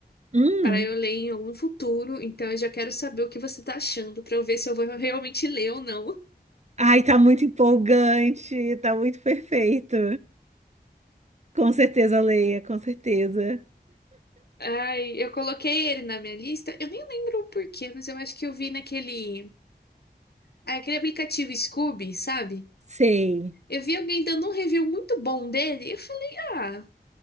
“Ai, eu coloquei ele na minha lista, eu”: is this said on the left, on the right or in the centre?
Left